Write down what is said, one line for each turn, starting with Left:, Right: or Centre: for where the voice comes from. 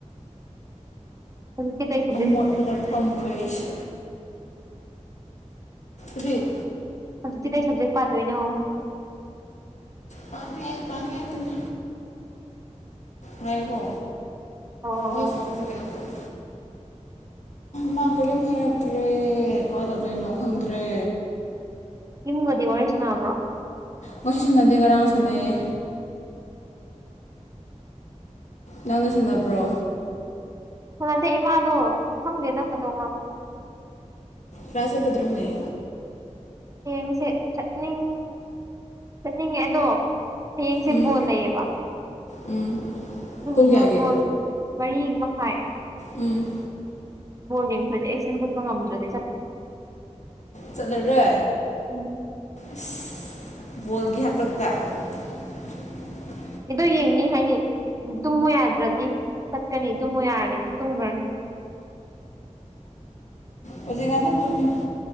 Right: <inaudible>
Left: ꯃꯣꯗ ꯐꯃꯔꯁ ꯇꯦ
Right: ꯍꯧꯖꯤꯛꯇꯤ ꯀꯩ ꯁꯕꯖꯦꯛ ꯄꯥꯗꯣꯏꯅꯣ
Left: ꯄꯥꯟ ꯉꯥꯏ ꯄꯥꯟ ꯉꯥꯏ ꯇꯃꯤ ꯍꯥꯏꯕꯣ
Right: ꯑꯣ
Left: ꯑꯩ
Right: ꯑꯣ
Left: ꯐꯣꯟꯁꯨ ꯀꯌꯥꯝꯝꯕꯧꯣ ꯃꯥ ꯀꯔꯤꯝ ꯍꯥꯏꯔꯛꯇ꯭ꯔꯦ ꯀꯃꯥꯏꯅ ꯇꯧꯗꯣꯏꯅꯣ ꯈꯪꯗ꯭ꯔꯦ
Right: ꯌꯨꯝꯒꯗꯤ ꯋꯥꯔꯤ ꯁꯅꯅꯥꯕ꯭ꯔꯣ
Left: ꯀꯣꯏ ꯁꯤ ꯁꯥꯟꯅꯗꯦ ꯉꯔꯥꯡ ꯁꯥꯟꯅꯩꯌꯦ ꯅꯪꯅ ꯁꯥꯟꯅꯕ꯭ꯔꯣ
Right: ꯍꯗꯦ ꯏꯃꯥꯗꯣ ꯈꯪꯗꯦꯗ ꯀꯩꯗꯧꯕꯅꯤ
Left: ꯇ꯭ꯔꯥꯁꯥ ꯀꯗ꯭ꯔꯣꯌꯦ
Right: ꯡꯁꯦ ꯆꯠꯅꯤꯡ ꯆꯠꯅꯤꯡꯉꯦ ꯑꯗꯣ ꯍꯌꯦꯡꯁꯦ
Left: ꯎꯝ
Right: ꯕꯣꯜ ꯂꯩꯌꯦꯕ
Left: ꯎꯝ
Right: ꯑꯗꯨꯗꯨꯅ
Left: ꯄꯨꯡ ꯀꯌꯥꯒꯤ
Right: ꯕꯣꯜ ꯃꯔꯤ ꯃꯈꯥꯏ
Left: ꯎꯝ
Right: ꯅꯤꯡ ꯑꯦꯁ ꯕꯨꯛ ꯑꯃꯗꯤ ꯆꯦ
Left: ꯆꯠꯂꯔꯦ
Right: ꯎꯝ
Left: ꯐ ꯕꯣꯜꯒꯤ ꯍꯥꯛꯇꯛꯇ <inaudible>
Right: ꯏꯗꯣ ꯌꯦꯡꯅꯤ ꯍꯥꯏꯗꯤ ꯇꯨꯝꯃꯨ ꯌꯥꯗ꯭ꯔꯗꯤ ꯆꯠꯀꯅꯤ ꯇꯨꯝꯃꯨ ꯌꯥꯔꯗꯤ ꯑꯗꯨꯝ ꯇꯨꯝꯈ꯭ꯔꯅꯤ
Left: ꯍꯧꯖꯤꯦꯒ ꯅ ꯇꯃꯤ